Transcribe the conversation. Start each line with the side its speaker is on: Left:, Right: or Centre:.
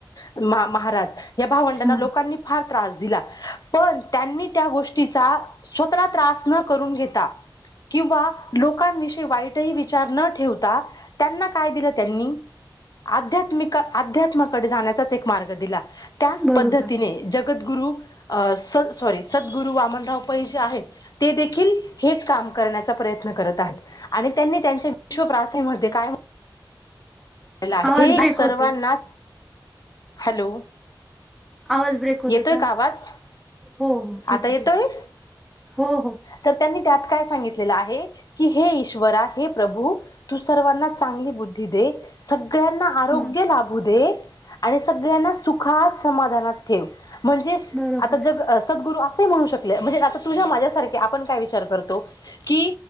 Left: महाराज या भावंडांना
Centre: हं.
Left: लोकांनी फार त्रास दिला पण त्यांनी त्या गोष्टीचा स्वताला त्रास. न करून घेता. किंवा लोकांविषयी वाईटही विचार न ठेवता त्यांना काय दिलं त्यांनी अध्यात्मिक अध्यात्माकडे जाण्याचाच एक मार्ग दिला त्याच
Centre: बरोबर.
Left: पद्धतीने जगद्ग गुरु सॉरी सद्गुरु वामनराव पै जे आहेत. ते देखील हेच काम करण्याचा प्रयत्न करत आहेत आणि त्यांनी त्यांच्या विश्व प्रार्थनेमध्ये काय? आहे
Centre: आवाज ब्रेक
Left: सर्वांना
Centre: होतोय.
Left: हॅलो.
Centre: आवाज ब्रेक होत
Left: येतोय
Centre: होता.
Left: का आवाज
Centre: हो हो ठीक
Left: आता येतोय
Centre: आहे ठीक आहे हो हो
Left: तर त्यांनी त्यात. काय सांगितले आहे की हे ईश्वरा हे प्रभू तू सर्वांना चांगली बुद्धी दे सगळ्यांना आरोग्य
Centre: बर
Left: लाभू दे. आणि सगळ्यांना सुखात समाधानात ठेव. म्हणजे
Centre: बरोबर
Left: आता जग सद्गुरु असे म्हणू शकले म्हणजे आता तुझ्या माझ्यासारखे आपण काय विचार करतो. कि